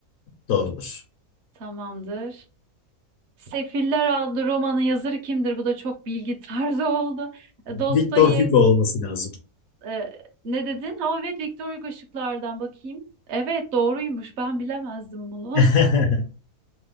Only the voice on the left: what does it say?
Doğrudur.
Victor Hugo olması lazım.
<laughs>